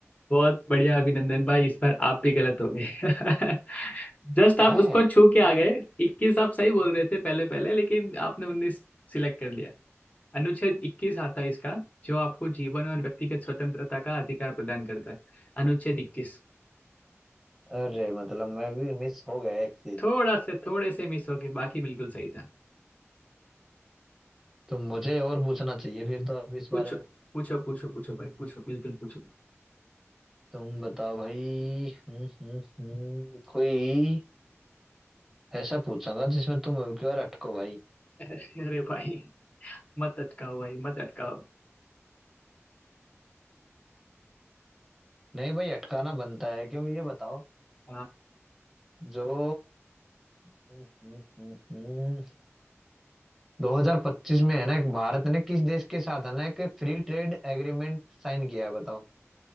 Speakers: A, on the left; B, in the centre.
A: बहुत बढ़िया अभिनंदन भाई इस बार आप भी गलत हो गए <laughs> जस्ट
B: है
A: आप उसको छू के आ गए इक्कीस आप सही बोल रहे थे पहले पहले लेकिन आपने उन्नीस सिलेक्ट कर लिया अनुच्छेद 21 आता है इसका जो आपको जीवन और व्यक्तिगत स्वतंत्रता का अधिकार प्रदान करता है अनुच्छेद 21
B: अरे मतलब मैं भी मिस हो गया एक चीज
A: थोड़ा से थोड़े से मिस हो गए बाकी बिल्कुल सही था
B: तो मुझे और पूछना चाहिए फिर तो अब इस
A: पूछो
B: बारे में
A: पूछो पूछो पूछो भाई पूछो बिल्कुल पूछो
B: तुम बताओ भाई हम्म हम्म हम्म कोई ऐसा पूछूंगा जिसमें तुम अब की बार अटको भाई
A: अरे अरे भाई मत अटकाओ भाई मत अटकाओ
B: नहीं भाई अटकाना बनता है क्योंकि ये बताओ
A: हाँ
B: जो हम्म हम्म हम्म, हम्म, 2025 में है ना एक भारत ने किस देश के साथ है ना एक फ्री ट्रेड एग्रीमेंट साइन किया है बताओ